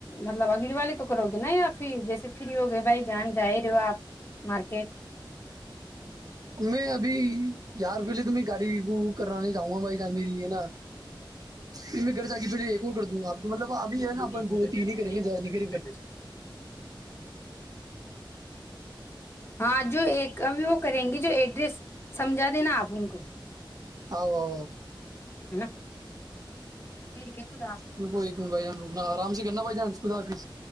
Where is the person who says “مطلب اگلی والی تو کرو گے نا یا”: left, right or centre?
Left